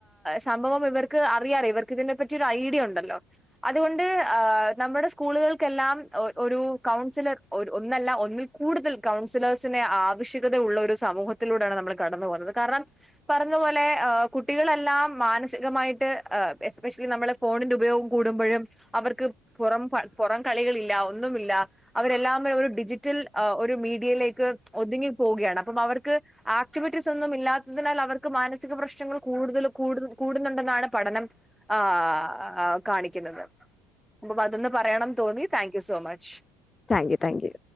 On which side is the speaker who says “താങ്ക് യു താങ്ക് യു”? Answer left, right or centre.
Left